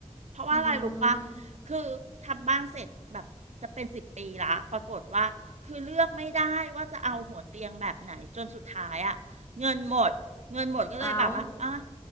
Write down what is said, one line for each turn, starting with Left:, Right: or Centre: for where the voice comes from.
Right: เพราะว่าอะไรรู้ปะ
Left: อืม
Right: คือทำบ้านเสร็จแบบจะเป็นสิบปีละปรากฏว่าคือเลือกไม่ได้ว่าจะเอาหัวเตียงแบบไหนจนสุดท้ายอ่ะเงินหมดเงินหมดก็เลยแบบว่าอ่ะ
Left: เอา